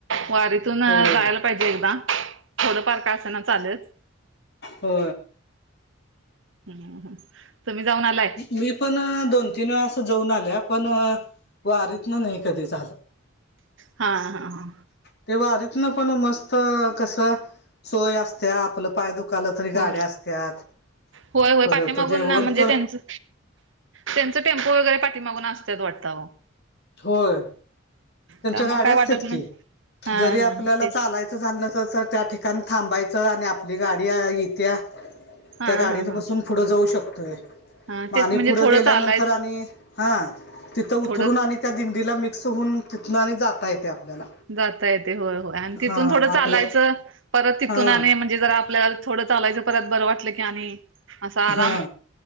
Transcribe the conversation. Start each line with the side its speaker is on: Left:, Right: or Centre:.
Right: व तथून
Left: होय
Right: जायला पाहिजे एकदा थोडंफार काय असं ना चालेलच
Left: हो
Right: हम्म तु्म्ही जाऊन आलाय.
Left: मी पण दोन तीन वेळा अस जाऊन आल्या, पण वारीतन नाही कधी झालं.
Right: हा हा. हा.
Left: ते वारितन पण मस्त कस सोय असतिया, आपलं पाय दुख खाल तरी
Right: हो.
Left: गाड्या असत्यात
Right: होय होय
Left: परत
Right: पाठीमागून
Left: जेवण
Right: ना म्हणजे
Left: तर
Right: त्यांचं त्यांचं टेम्पो वगैरे पाठीमागून असत्यात वाटतय आओ.
Left: होय. त्यांच्या
Right: त्यामुळे
Left: गाड्या
Right: काय
Left: असत्यात
Right: वाटत नाही.
Left: की,
Right: हा
Left: जरी
Right: हा
Left: आपल्याला
Right: हा तेच.
Left: चालायचं झालं नसल तर त्या ठिकाणी कारण थांबायचं आणि आपली गाडी येतिया
Right: हा
Left: त्या गाडीत
Right: हा हा.
Left: बसून पुढं जाऊ शकतोय.
Right: हा
Left: मग
Right: तेच
Left: आणि
Right: म्हणजे
Left: पुढं
Right: थोडं
Left: गेल्यानंतर
Right: चालायच.
Left: आणि हा तिथं उतरून
Right: थोडं
Left: आणि आणि त्या दिंडीला मिक्स होऊन, तिथन आणि जाता येतेय आपल्याला
Right: जाता येतय होय होय आणि तिथून
Left: हा
Right: थोडं चालायचं,
Left: आपल्या
Right: परत तिथून
Left: हा
Right: आणि म्हणजे म्हणजे जरा आपल्याला थोडं चालायचं, परत बरं वाटलं की आणि आसं आराम
Left: हा